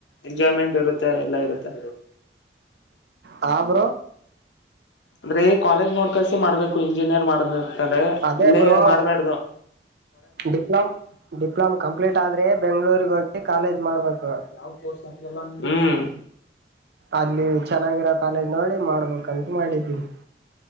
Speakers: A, on the left; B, on the right.
A: ಎಂಜಾಯ್ಮೆಂಟ್ ಇರುತ್ತೆ ಎಲ್ಲ ಇರುತ್ತೆ.
B: ಹಾ ಬ್ರೋ
A: ಅಂದ್ರೆ ಕಾಲೇಜ್ ನೋಡ್ ಕಲ್ಸಿ ಮಾಡ್ಬೇಕು ಇಂಜಿನಿಯರ್ ಮಾಡ
B: ಅದೇ
A: ಇಲ್ಲೇ
B: ಬ್ರೋ
A: ಮಾಡ್ಬೇಡ್ದು.
B: ಡಿಪ್ಲೊಮ್ ಡಿಪ್ಲೊಮ್ ಕಂಪ್ಲೀಟ್ ಆದ್ರೆ ಬೆಂಗ್ಗಳೂರ್ಗ ಹೋಗಿ ಕಾಲೇಜ್ ಮಾಡ್ಬೇಕು.
A: ನಾವು ತೋರ್ ಹ್ಮ್
B: ಅಲ್ಲಿ ಚೆನ್ನಾಗಿರೋ ಕಾಲೇಜ್ ನೋಡಿ ಮಾಡ್ಬೇಕಂತ ಮಾಡಿದ್ದೀನಿ